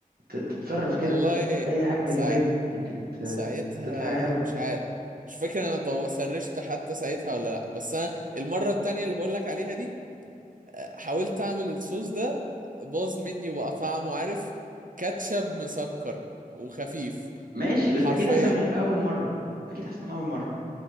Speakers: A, on the right; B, on the right.
A: ت... تتصرف
B: والله
A: كده في اي حاجة جانبية
B: سا...
A: يمكن ت... ت-
B: ساعتها
A: تطلع حاجة حلوة
B: مش عارف مش فاكر انا دو... سرشت حتى ساعتها ولا لا بس انا المره التانية اللي بقول لك عليها دي حاولت اعمل الصوص ده باظ مني وبقى طعمه عارف كاتشب مسكر وخفيف <laughs>
A: ماشي بس
B: حرفيا
A: اكيد احسن من اول مرة اكيد احسن من اول مرة